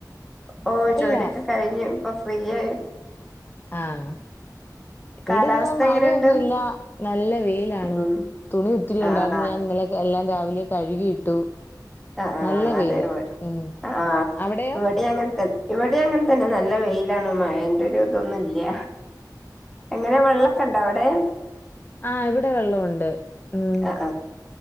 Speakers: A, in the centre; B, on the left.
A: ഓ ജോലിയൊക്കെ
B: ഇല്ല
A: കഴിഞ്ഞു ഇപ്പൊ <unintelligible>
B: ആഹ ഇവിടെന്ന്
A: കാലാവസ്ഥ
B: മഴയൊന്നുമില്ല
A: എങ്ങനെയുണ്ട്
B: നല്ല വെയിലാണ്
A: ഉം
B: തുണി ഒത്തിരി
A: ആഹ്
B: ഉണ്ടായിരുന്നു ഞാൻ ഇന്നലെ എല്ലാം രാവില കഴുകിയിട്ടു
A: ആ ആ
B: നല്ല
A: ആ
B: വെയില്
A: അതെ വിട്
B: ഉം
A: ആ
B: അവിടെയോ
A: വിടേ അങ്ങനത്തൻ ഇവിടേ അങ്ങനെത്തന്നെ നല്ല വെയിലാണ് മഴേന്റെ ഒരു ഇതൊന്നുംല്ല്യ. എങ്ങനെ വെള്ളക്കെണ്ടോ അവിടെ?
B: ആ ഇവിടെ വെള്ളം ഒണ്ട് ഉം
A: ആഹ്